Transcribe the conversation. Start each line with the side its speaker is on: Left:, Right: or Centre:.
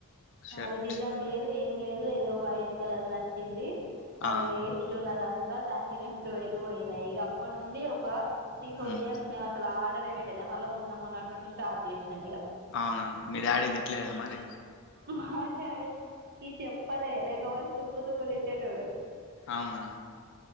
Left: షర్ట్
Right: అది డిజైన్ లేదు ఏం లేదు ఏదో వైట్ కలర్ నచ్చింది అది
Left: ఆ
Right: వేస్ట్ ఉన్నదంతా దానికి రెండు వేలు పోయినాయి ఇక అప్పటి నుండి ఒక త్రీ ఫోర్
Left: ఉమ్
Right: ఇయర్స్ మే అస ఆర్రే పెట్ ల మల్ల మూన్న మూన్నటి నుండి స్టార్ట్ చేసినాం ఇక
Left: అవునా అండి మీ డాడీ తిట్టలేదా మరి
Right: మాటకి చెప్పాల లేకపోళ తుక్కు తుక్కు తిట్టేటోడు
Left: అవునా